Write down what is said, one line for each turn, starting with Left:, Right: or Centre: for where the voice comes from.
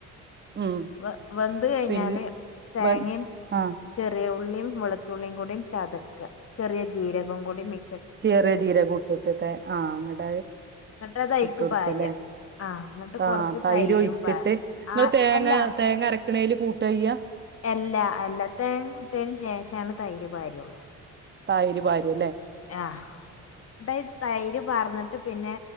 Right: ഉം
Left: വ വെന്ത് കഴിഞ്ഞാല്
Right: പിന്നെ
Left: തേങ്ങയും
Right: വ ആ
Left: ചെറിയ ഉ ഉള്ളിയും വെളുത്തുള്ളിയും കൂടെ ചതക്ക ചെറിയ ജീരകം കൂടി മി
Right: ചെറിയ ജീരകം കൂട്ടിട്ട് ആഹ് അങ്ങട്ട
Left: എന്നിട്ട് അത് അയിക്ക്
Right: ഇട്ടൊടുക്കല്ലേ
Left: പാര്യ ആഹ് എന്നിട്ട്
Right: ആ
Left: കൊറച്ച്
Right: തൈര്
Left: തൈരും
Right: ഒഴിച്ചിട്ട്
Left: പാ
Right: നിങ്ങൾ
Left: ആ
Right: തേങ്ങ
Left: അല്ല
Right: തേങ്ങ അരക്കണേൽ കൂട്ട്യ്യ
Left: എല്ലാ എല്ലാത്ത മുട്ടിയതിന് ശേഷമാണ് തൈര് ഭാര്യുള്ളു
Right: തൈയര് ഭാര്യയല്ലേ
Left: ആഹ് <unintelligible> തൈര് പാറ്ന്ന്ട്ട് പിന്നെ